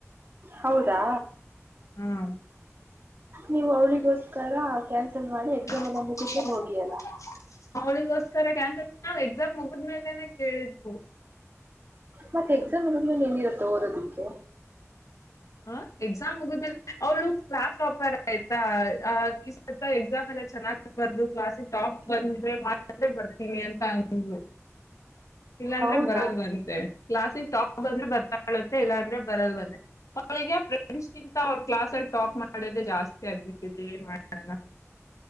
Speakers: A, on the right (about 40°); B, on the left (about 80°).
A: ಹೌದಾ.
B: ಹಾ.
A: ನೀವು ಅವ್ಳಿಗೋಸ್ಕರ ಕ್ಯಾನ್ಸಲ್ ಮಾಡಿ ಎಕ್ಸಾಮ್
B: <inaudible>
A: ಎಲ್ಲ ಮುಗಿದ್ಮೇಲೆ ಹೋಗಿ ಅಲ್ಲ
B: ಅವಳಿಗೋಸ್ಕರ ಕ್ಯಾನ್ಸಲ್ ನಾವು ಎಕ್ಸಾಮ್ ಮುಗದ್ಮೇಲೆನೆೇ ಕೇಳಿದ್ವು.
A: ಮತ್ತೆ ಎಕ್ಸಾಮ್ ಮುಗದ ಮೇಲೆ ಏನಿರುತ್ತ ಓದೋದಕ್ಕೆ?
B: ಹ ಎಕ್ಸಾಮ್ ಮುಗದ ಮೇಲೆ ಅವ್ಳು ಕ್ಲಾಸ್ ಟಾಪರ್ ಆಯ್ತಾ - ಎಕ್ಸಾಮ್ ಎಲ್ಲ ಚೆನ್ನಾಗ್ ಬರದು ಕ್ಲಾಸಿಗೆ ಟಾಪ್ ಬಂದ್ರೆ ಮಾತ್ರ ಬರ್ತೀನಿ ಅಂತ ಅಂದ್ಲು. <inaudible> ಇಲ್ಲಾಂದ್ರೆ
A: ಹೌದಾ
B: ಬರಲ್ಲವಂತೆ ಕ್ಲಾಸಿಗೆ ಟಾಪ್ ಅಂದ್ರೆ ಬರ್ತಾಳಂತೆ ಇಲ್ಲಾಂದ್ರೆ ಬರಲ್ಲವಂತೆ ಅವಳಿಗೆ ಫ್ರೆಂಡ್ಸ್ಗಿಂತ ಅವ್ರ ಕ್ಲಾಸ್ ಅಲ್ಲಿ ಟಾಪ್ ಮಾಡೋದೇ ಜಾಸ್ತಿ ಆಗ್ಬಿಟ್ಟಿದೆ ಏನ್ ಮಾಡ